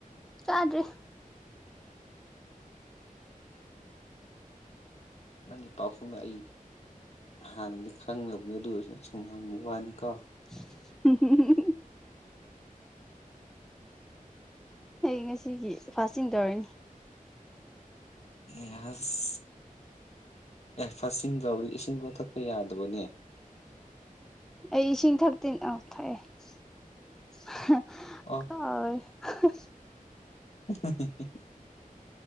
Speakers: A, in the centre; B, on the left.
A: ꯆꯥꯗ꯭ꯔꯤ <unintelligible>
B: ꯅꯪꯒꯤ ꯄꯥꯎꯈꯨꯝꯅ ꯑꯩ ꯍꯥꯟꯅꯗꯤ ꯈꯪꯂꯕꯅꯦ ꯑꯗꯨ ꯑꯣꯏꯔꯁꯨꯅ ꯁꯨꯝ ꯍꯪꯕ ꯋꯥꯅꯤꯀꯣ
A: <unintelligible> ꯑꯩ ꯉꯁꯤꯒꯤ ꯐꯥꯁꯆꯤꯡ ꯇꯧꯔꯅꯤ
B: ꯌꯥꯁ ꯑꯦ ꯐꯥꯁꯆꯤꯡ ꯇꯧꯕꯗꯤ ꯏꯁꯤꯡꯐꯥꯎ ꯊꯛꯄ ꯌꯥꯗꯕꯅꯦ
A: ꯑꯩ ꯏꯁꯤꯡ ꯊꯛꯇ꯭ꯔꯤ ꯑꯣ ꯊꯛꯑꯦ
B: ꯑ
A: ꯀꯥꯎꯋꯦ <unintelligible>
B: <unintelligible>